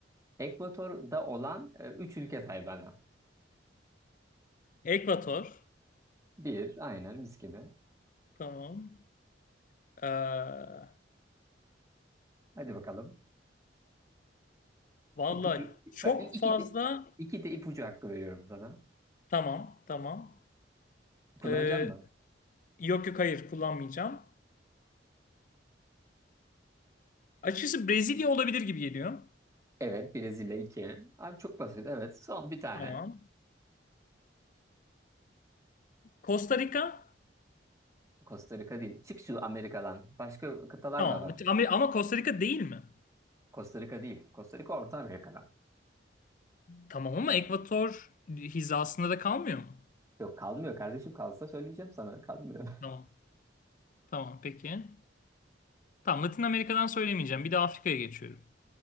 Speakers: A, on the right; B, on the left.
A: Ekvator'da olan e, üç ülke say bana.
B: Ekvator.
A: Bir aynen mis gibi.
B: Tamam. Ee,
A: Hadi bakalım.
B: valla
A: İpucu.
B: çok
A: Bak iki
B: fazla.
A: de, iki de ipucu hakkı veriyorum sana.
B: Tamam tamam.
A: Kullanacağım
B: Ee,
A: mı?
B: yok yok hayır kullanmayacağım. Açıkçası Brezilya olabilir gibi geliyor.
A: Evet Brezilya 2. Abi çok basit evet. Son bir tane.
B: Tamam. Costa Rica.
A: Costa Rica değil. Çık şu Amerika'dan. Başka kıtalar
B: Tamam
A: da var.
B: ama, ama Costa Rica değil mi?
A: Costa Rica değil. Costa Rica Orta Amerika'dan.
B: Tamam ama Ekvator hizasında da kalmıyor mu?
A: Yok kalmıyor kardeşim kalsa söyleyeceğim sana. Kalmıyor.
B: Tamam. Tamam peki. Tamam Latin Amerika'dan söylemeyeceğim. Bir de Afrika'ya geçiyorum.